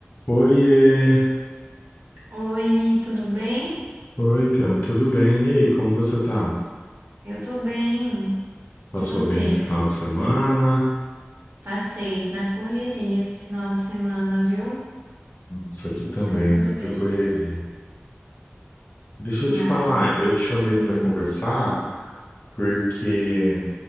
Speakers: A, on the left; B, on the right.
A: Oiê,
B: Oi, tudo bem?
A: oi, Tam, tudo bem? E aí, como você tá?
B: Eu tô bem.
A: Passou
B: E você?
A: bem de final de semana?
B: Passei na correria esse final de semana, viu?
A: Nossa, aqui também,
B: Mas tudo
A: muita
B: bem.
A: correria. Deixa eu
B: Ah,
A: te falar, eu te chamei para
B: hum.
A: conversar porque